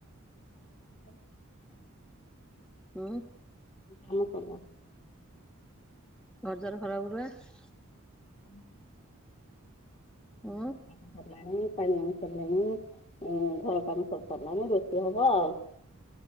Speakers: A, on the left; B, in the centre.
A: ହଁ କାମ ସଇଲା।
B: ହୁଁ।
A: ହୁଁ କାମ ସରଲାଣି।
B: ଘର ଦ୍ୱାର ଖରକା ପୁରୁକା
A: କାମ
B: ହୁଁ
A: <inaudible> କାମ ସରିଲାଣି ପାଣି ଆଣି ସାରିଲାଣି ଉଁ ଘର କାମ ସବୁ ସରିଲାଣି ରୋଷେଇ ହବ ଆଉ।